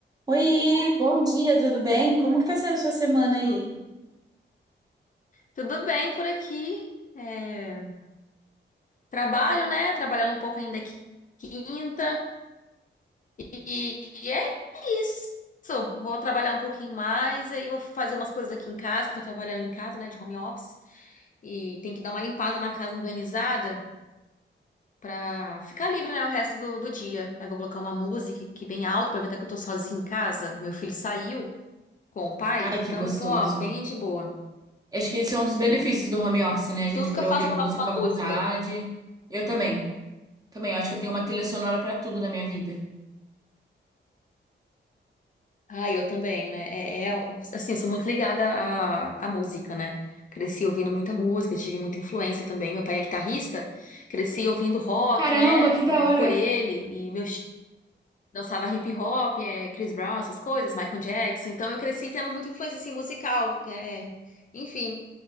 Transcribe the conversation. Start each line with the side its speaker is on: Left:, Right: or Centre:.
Right: Oi, bom dia, tudo bem? Como que tá sendo sua semana
Left: Tudo,
Right: aí?
Left: tudo bem por aqui. É, trabalho, né? Trabalhando um pouco ainda qui- quinta. E, e é isso. Vou trabalhar um pouquinho mais, aí vou fazer umas coisas aqui em casa, que eu tô trabalhando em casa, né? De home office. E tem que dar uma limpada na casa organizada pra ficar livre, né? O resto do, do dia. Aí vou colocar uma música aqui bem alto, aproveitar que eu tô sozinha em casa. Meu filho saiu com o pai,
Right: Ai,
Left: então
Right: que gostoso.
Left: eu tô, ó, bem de boa.
Right: Acho que esse é um dos benefícios do home office, né? A gente
Left: Tudo
Right: poder
Left: que eu
Right: ouvir
Left: faço é
Right: música
Left: colocar uma
Right: à vontade.
Left: música.
Right: Eu também. Também, eu acho que eu tenho uma trilha sonora pra tudo na minha vida.
Left: Ah, eu também, né? É, é, assim, eu sou muito ligada à, à música, né? Cresci ouvindo muita música, tive muita influência também. Meu pai é guitarrista, cresci ouvindo rock,
Right: Caramba,
Left: né?
Right: que da
Left: É,
Right: hora!
Left: por ele, e meu tio dançava hip hop, é, Chris Brown, essas coisas, Michael Jackson. Então eu cresci tendo muita influência assim, musical, que é, enfim.